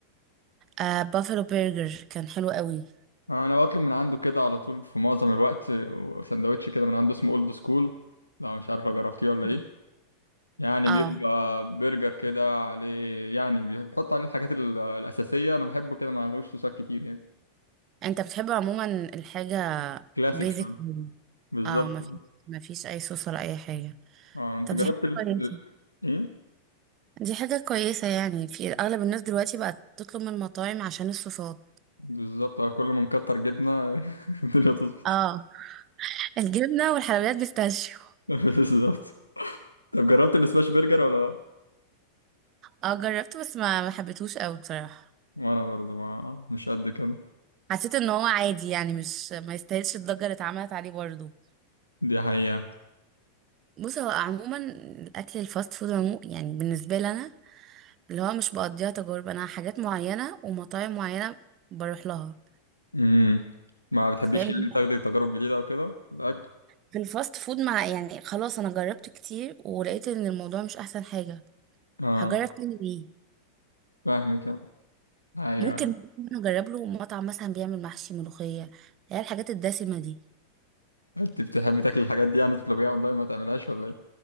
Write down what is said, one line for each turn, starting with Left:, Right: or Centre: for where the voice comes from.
Right: آه بافلو برجر كان حلو قوي
Left: آه، أنا بطلب من عنده كده على طول في معظم الوقت آه، سندوتش كده من عنده اسمه أولد سكول لو مش عارف لو جربتيه ولا
Right: مم.
Left: إيه يعني
Right: اه
Left: بيبقى برجر كده عليه يعني بيحط عليه الحاجات ال- الأساسية أنا بحبه كده ما عليهوش صوصات كتير يعني
Right: انت بتحب عموما الحاجه
Left: كلاسيك
Right: بيزك
Left: شوية بالظبط
Right: اه ما فيش ما فيش اي صوص ولا اي حاجه
Left: اه أنت
Right: طب
Left: جربت
Right: دي حاجه
Left: ال...
Right: كويسه
Left: ال- إيه
Right: دي حاجة كويسة يعني في أغلب الناس دلوقتي بقت تطلب من المطاعم عشان الصوصات
Left: بالظبط آه، كل ما نكتر جبنة <laughs> الدنيا تظبط
Right: اه الجبنة والحلويات بيستاشيو
Left: <laughs> بالظبط طب جربت السماش برجر ولا لأ؟
Right: اه جربته بس ما ما حبيتهوش قوي بصراحة
Left: وأنا برضو ما مش قد كده
Right: حسيت ان هو عادي يعني مش ما يستاهلش الضجة اللي اتعملت عليه برضه
Left: دي حقيقة
Right: بص هو عموما الأكل الفاست فود عمو يعني بالنسبة لي أنا اللي هو مش بقضيها تجارب أنا حاجات معينة ومطاعم معينة بروح لها
Left: امم ما بتحبيش
Right: فاهم
Left: يعني تاخدي تجارب جديدة او كده في الاكل
Right: في الفاست فود مع يعني خلاص أنا جربت كتير ولقيت ان الموضوع مش أحسن حاجة
Left: اه
Right: هجرب تاني ليه
Left: فاهمك يعني ايوه
Right: ممكن
Left: أيوة.
Right: نجرب له مطعم مثلا بيعمل محشي ملوخية هي الحاجات الدسمة دي
Left: انت بتحبي تاكلي الحاجات دي يعني تطلبيها اونلاين ما تعملهاش ولا ايه